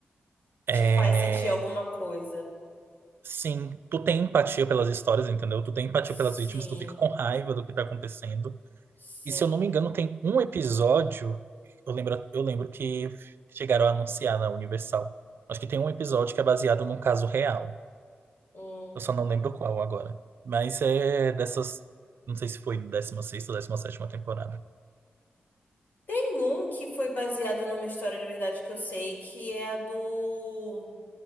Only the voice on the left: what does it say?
Te faz sentir alguma coisa.
Sim,
sim.
Hum.
Tem um que foi baseado numa história de verdade que eu sei, que é a do.